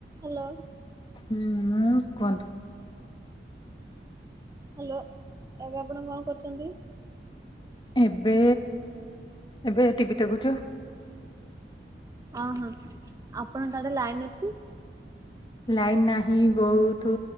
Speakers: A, on the right; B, on the left.
A: ହ୍ୟାଲୋ।
B: ହୁଁ କୁହନ୍ତୁ।
A: ହ୍ୟାଲୋ ଏବେ ଆପଣ କଣ କରୁଛନ୍ତି?
B: ଏବେ ଏବେ ଟିଭି ଦେଖୁଛୁ।
A: ଅ ହୋ ଆପଣଙ୍କ ଆଡେ ଲାଇନ ଅଛି?
B: ଲାଇନ ନାହିଁ ବହୁତ